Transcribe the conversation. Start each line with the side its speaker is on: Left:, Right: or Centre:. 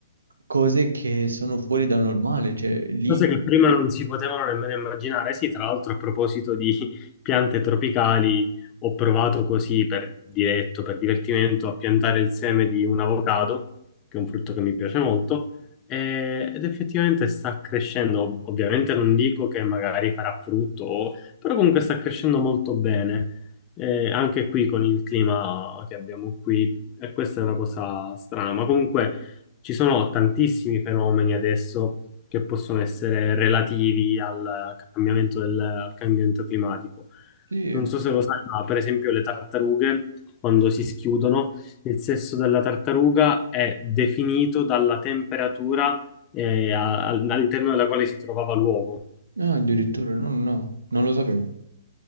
Right: cose che sono fuori dal normale, cioè lì,
Left: Cose che prima non si potevano nemmeno immaginare. Sì, tra l'altro a proposito di <laughs> piante tropicali, ho provato così per diretto, per divertimento, a piantare il seme di un avocado, che è un frutto che mi piace molto, e- ed effettivamente sta crescendo. Ov- Ovviamente non dico che magari farà frutto, o- però comunque sta crescendo molto bene. E anche qui con il clima che abbiamo qui, e questa è una cosa strana, ma comunque ci sono tantissimi fenomeni adesso che possono essere relativi al cambiamento, del- al cambiamento climatico.
Right: sì,
Left: Non so se lo sai, ma per esempio le tartarughe, quando si schiudono, il sesso della tartaruga è definito dalla temperatura eh, a- al- all'interno della quale si trovava l'uovo.
Right: no, addirittura, no, no, no, non lo sapevo.